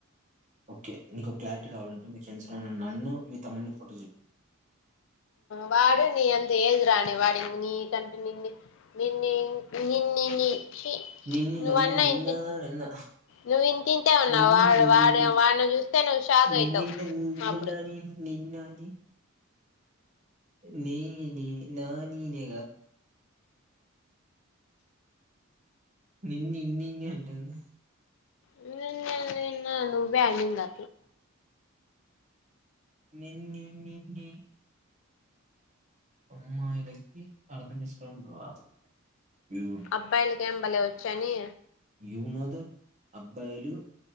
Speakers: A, on the right; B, on the left.
A: ఓకే.. మీకు ఒక క్లారిటీ రావాలంటే మీ ఫ్రెండ్స్ నన్ను మీ తమ్ముని ఫోటో చూపియ్
B: వాడూ నీ అంత ఏజీ రాని వాడు నీకంటే నిన్నే నిన్నే నిన్నే చీ
A: నిన్ని
B: నువ్వన్నా
A: నన్ని నిన్న
B: ఇంత
A: నిన్న
B: నువ్వు ఇంకా ఇంతే ఉన్నావు.
A: నిన్ని
B: వాడు వాడు
A: నిన్ని
B: వాడిని చూస్తే నువ్వు షాక్
A: నిన్నిన్న
B: అయితావు.
A: నిన్న
B: అప్పుడు
A: నాని నీ... నే.... నా.... నీనే...... నిన్నినిన్ నినె అంటందా
B: నినే నినే నువ్వే నేనే
A: నిన్ న్నిన నిన్ అమ్మాయిలకి అర్థం చేసుకోవడం రాదు. యు
B: అబ్బాయిలకన బలే వచ్ శని
A: యు నో దట్ అబ్బాయిలు